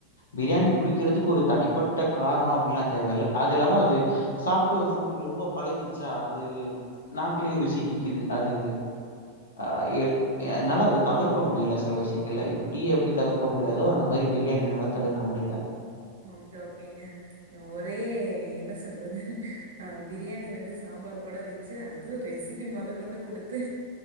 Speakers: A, on the left (about 70°); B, on the right (about 65°).
A: பிரியாணி புடிக்கிறதுக்கு ஒரு தனிப்பட்ட காரணம் அப்டின்ல்லாம் தேவ இல்ல அதுயில்லாம அது சாப்ட்டு ஒரு மாரி ரொம்ப பழகிடுச்சா அது நாக்குலயும் ருசி நிக்குது அது ஆ எ என்னால அத தவிர்க்க முடியில சில விஷியங்கள இப்ப டீ எப்படி தவிர்க தோ அந்த மாரி பிரியாணி என்னால தவிர்க்க முடியில
B: ஓகே ஓகேங்க ஒரே என்ன சொல்றது ஆ பிரியாணி வந்து சாம்பார் கூட வச்சி அதுவும் ரெசிப்பி மொத கொண்டு குடுத்து